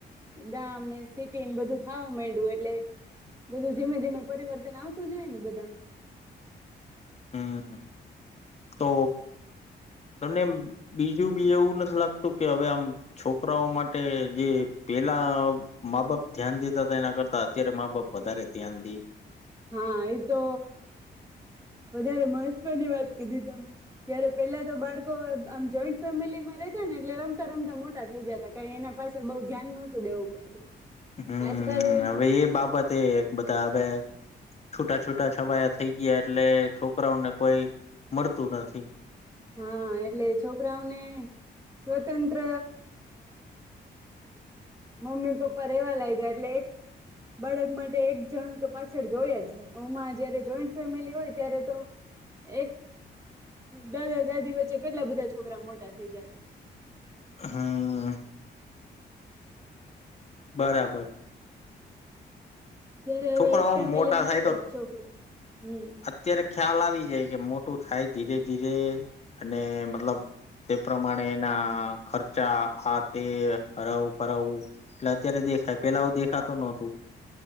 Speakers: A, on the right; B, on the left.
A: ગામને સિટી બધું થવા માંડું એટલે બધું ધીમે ધીમે પરિવર્તન આવતું જાય ને બધામાં.
B: હમ તો તમને બી જું બી એવું નથી લાગતું કે હવે આમ છોકરાઓ માટે જે પેલા મા બાપ ધ્યાન દેતા હતા એના કરતા અત્યારે મા બાપ વધારે ધ્યાન દે?
A: હા એતો વધારે મહત્વની વાત કીધી તમે જ્યારે પેલા તો બાળકો આમ જોઈન્ટ ફેમિલીમાં રતા ને એટલે રમતા-રમતા મોટા થઈ જતા ક એના પાછ બઉુ ધ્યાન નહોતું દેવું પડતું.
B: હમ
A: આજકાલ
B: હવે એ બાબત એ બધા હવે છૂટા છૂટા છવાયા થઈ ગયા એટલે છોકરાઓને કોઈ મળતું નથી.
A: હા એટલે છોકરાઓને સ્વતંત્ર મમ્મી પપ્પા રેવા લાગ્યા એટલે એક બાળક માટે એક જણું તો પાછળ જોય જ હમાં જયારે જોઈન્ટ ફેમિલી હોય ત્યારે તો એક દર <unintelligible> દિવસ કેટલા બધા છોકરા મોટા છે. થઈ જત.
B: હા. બરાબર.
A: જય્યારે
B: છોકરાઓ
A: હવે એક
B: આમ
A: ફેમિલી
B: મોટા
A: માં
B: થાય
A: એક જ
B: તો
A: છોકરું હમ.
B: અત્યારે ખ્યાલ આવી જાય કે મોટું થાય ધીરે ધીરે અને મતલબ તે પ્રમાણે એના ખર્ચા આ તે હરાવું ફરાવું એટલે અત્યારે દેખાય પેલા આવું દેખાતું નહતું.